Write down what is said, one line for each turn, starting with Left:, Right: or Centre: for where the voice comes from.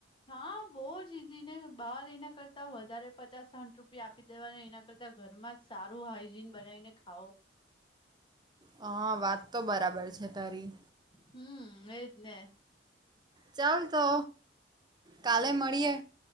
Left: હા બહુ જ ઇઝી ને બહાર એના કરતા વધારે પચાસ સાઠ રૂપિયા આપી દેવા એના કરતા ઘરમાં સારું હાઈજીન બનાવીને ખાઓ.
Right: હા વાતતો બરાબર છે તારી.
Left: હમ્મ, એજ ને.
Right: ચાલ તો કાલે મળીએ.